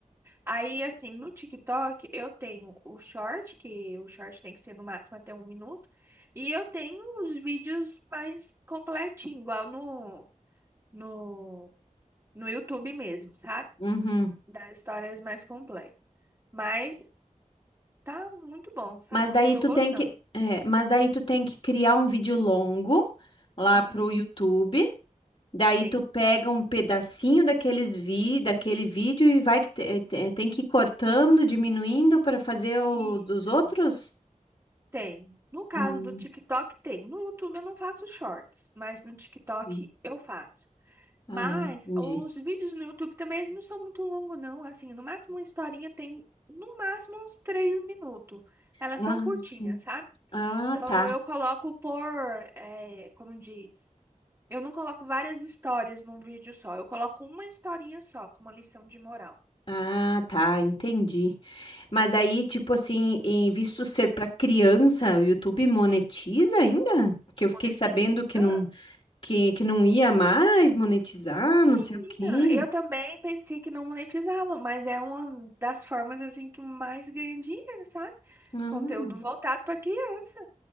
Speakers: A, on the right (about 20°); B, on the left (about 45°).
A: Aí, assim, no TikTok eu tenho o short, que o short tem que ser no máximo até um minuto. E eu tenho os vídeos mais completinhos, igual no, no, no YouTube mesmo, sabe?
B: Uhum.
A: das histórias mais complexas, Mas tá muito bom, sabe?
B: Mas daí
A: Tô
B: tu
A: gostando.
B: tem que, é, mas daí tu tem que criar um vídeo longo lá
A: Uhum,
B: pro YouTube Daí
A: tem.
B: tu pega um pedacinho daqueles vi, daquele vídeo e vai que te- te- tem que ir cortando, diminuindo para fazer o
A: Isso.
B: dos outros?
A: Tem. No caso
B: Ah,
A: do TikTok, tem. No YouTube eu não faço shorts, mas no TikTok
B: sim.
A: eu faço. Mas
B: Ah, entendi.
A: os vídeos no YouTube também eles não são muito longos, não. Assim, no máximo uma historinha tem, no máximo, uns três minutos. Elas
B: Ah,
A: são curtinhas,
B: sim.
A: sabe?
B: Ah,
A: Então
B: tá.
A: eu coloco por, eh, como diz? Eu não coloco várias histórias num vídeo só. Eu coloco uma historinha só, com uma lição de moral.
B: Ah, tá, entendi. Mas aí, tipo assim, em visto ser para criança, o YouTube monetiza ainda? Que eu fiquei
A: Monetinho.
B: sabendo que
A: Ah,
B: não que, que não ia mais monetizar,
A: menina,
B: não sei o quê.
A: eu também pensei que não monetizava, mas é uma das formas assim que mais ganha dinheiro, sabe?
B: Ah.
A: Conteúdo voltado para criança.